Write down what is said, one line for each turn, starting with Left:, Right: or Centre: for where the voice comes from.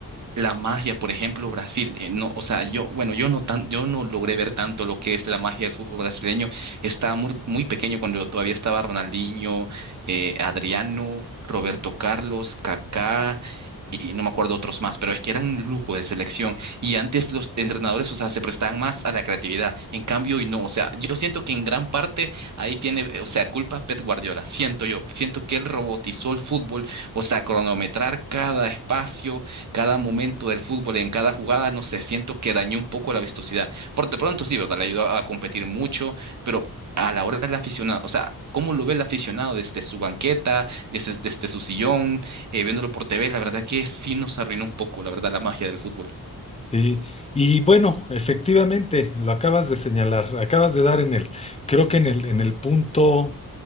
Right: La magia, por ejemplo, Brasil, eh, no, o sea, yo, bueno, yo no tan, yo no logré ver tanto lo que es la magia del fútbol brasileño. Estaba muy, muy pequeño cuando todavía estaba Ronaldinho, eh, Adriano, Roberto Carlos, Kaká, y no me acuerdo otros más, pero es que era un lujo de selección y antes los entrenadores, o sea, se prestaban más a la creatividad, en cambio hoy no, o sea, yo siento que en gran parte ahí tiene, eh, o sea, culpa Pep Guardiola, siento yo, siento que él robotizó el fútbol, o sea, cronometrar cada espacio, cada momento del fútbol en cada jugada, no sé, siento que dañó un poco la vistosidad. Por de pronto sí, ¿verdad? Le ayudó a competir mucho, pero a la hora del aficionado, o sea, ¿Cómo lo ve el aficionado desde su banqueta, desde, desde su sillón? eh, viéndolo por TV, la verdad que sí nos arruinó un poco, la verdad, la magia del fútbol.
Left: ¿sí? Y bueno, efectivamente, lo acabas de señalar, acabas de dar en el, creo que en el, en el punto